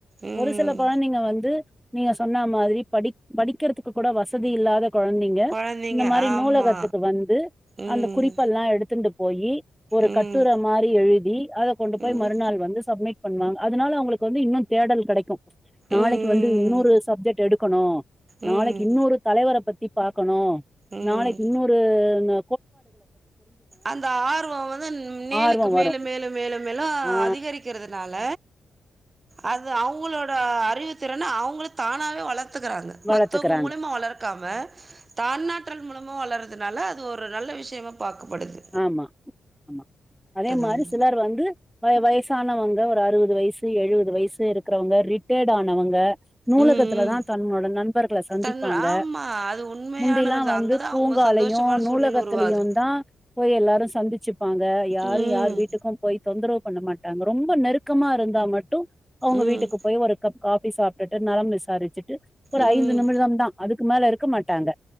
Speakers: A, on the right; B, in the centre.
A: ம்
B: ஒரு சில கொழந்தங்க வந்து நீங்க சொன்ன மாதிரி படிக் படிக்கிறதுக் கூட வசதி இல்லாத கொழந்தைங்க
A: கொழந்தைங்க
B: இந்த மாரி
A: ஆமா
B: நூலகத்துக்கு வந்து
A: ம்
B: அந்த குறிப்பெல்லா எடுத்துண்டு போயி ஒரு
A: ம்
B: கட்டுரம் மாறி எழுதி அத கொண்டு
A: ம்
B: போய் மறுநாள் வந்து சப்மிட் பண்ணுவாங்க அதனால அவங்களுக்கு வந்து இன்னு தேடல் கெடைக் நாளைக்கு
A: ம்
B: வந்து இன்னொரு சப்ஜெட் எடுக்கணு
A: ம்
B: நாளைக்கு இன்னொரு தலைவர பத்தி பாக்கணு
A: ம்
B: நாளைக்கி
A: ம்
B: இன்னொரு ந
A: அந்த ஆர்வொ வந்து மேலுக்கு
B: ஆர்வோ
A: மேலு
B: வரு
A: மேலு மேலு மேலு
B: ஆ
A: அதிகரிக்கிறது நால அது அவுங்களோட அறிவுத்திறன அவங்ளே தானாவே வளத் துக்குறாங்க மத்தவங்க
B: வளத்துக்குறாங்க
A: மூலிமா வளர்க்காம தான்னாற்றல் மூலமா வளரதுனால அது ஒரு நல்ல விஷயமா பாக்கப்படுது
B: ஆமா அமா அதே
A: தாங்க
B: மாரி சிலர் வந்து வ வயசானவங்க ஒரு அறுவது வயசு எழுவ து வயசு இருக்கிறவங்க ரிட்டைடு ஆனவங்க நூலகத்துல
A: ம் ம்
B: தா தன்னோட நண்பர் சந்திப்பாங்க
A: தன் ஆமாம் அது உண்மையான
B: முந்திலா
A: இது
B: வந்து
A: அங்கே தான்
B: பூங்காலையு
A: அவங்க சந்தோஷமான
B: நூலகத்துலயு
A: சூழ்நிலை உருவாகுது
B: தா போய் எல்லாரு சந்திச்சுப்பாங்க யாரு
A: ம்
B: யார் வீட்டுக்கு போய் தொந்தரவு பண்ண மாட்டாங்க ரொம்ப நெருக்கமா இருந்தா மட்டு அவங்க
A: ம்
B: வீட்டுக்கு போய் ஒரு கப் காஃபி சாப் டுட்டு நலம் விசாரிச்சுட்டு ஒரு
A: ம்
B: ஐந்து நிமிடம் தா அதுக்கு மேல இருக்க மாட்டாங்க